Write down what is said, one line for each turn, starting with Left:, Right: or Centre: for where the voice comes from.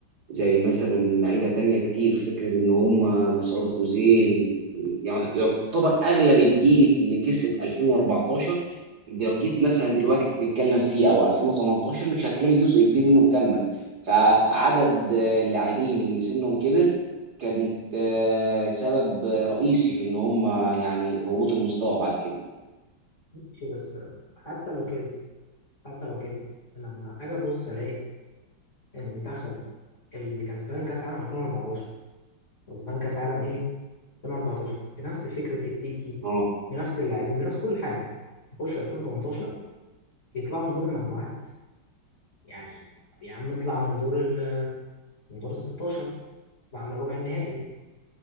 Right: زي مثلا لعيبه تانية كتير فكره ان هم مسعود اوزيل يعني يعتبر اغلب الجيل اللي كسب 2014 لو جيت مثلا دلوقتي تتكلم فيه او 2018 مش هتلاقي جزء كبير منه مكمل فعدد آه، اللاعبين اللي سنهم كبر كانت آه، سبب رئيسي في ان هم يعني هبوط المستوى بعد كده
Left: شيء بس حتى لو كده حتى لو كده لما أجي أبص ألاقي المنتخب اللي كسبان كأس عالم 2014 كسبان كأس عالم إيه؟ 2014 بنفس الفكر التكتيكي
Right: اه
Left: بنفس اللاعبين بنفس كل حاجة يخشوا 2018 يطلعوا من دور المجموعات يعني يا عم اطلع من دور ال من دور ال 16 اطلع من ربع النهائي